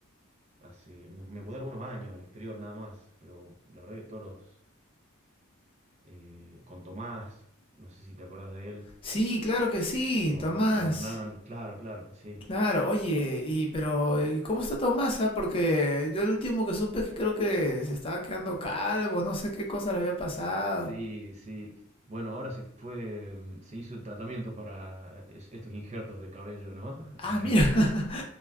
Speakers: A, on the right; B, on the left.
A: hace, me, me mudé algunos años al exterior nada más, pero la verdad que todos los, eh, con Tomás, no sé si te acordás de él,
B: Sí, claro que sí,
A: con,
B: Tomás.
A: con Hernán, claro, claro, sí.
B: Claro, oye, y pero ¿y cómo está Tomasa? Porque yo el último que supe es que creo que se estaba quedando calvo, no sé qué cosa le había pasado.
A: Sí, sí. Bueno, ahora se fue, mm, se hizo el tratamiamiento para es- estos injertos de cabello, ¿no?
B: Ah,
A: <laughs>
B: mira. <laughs>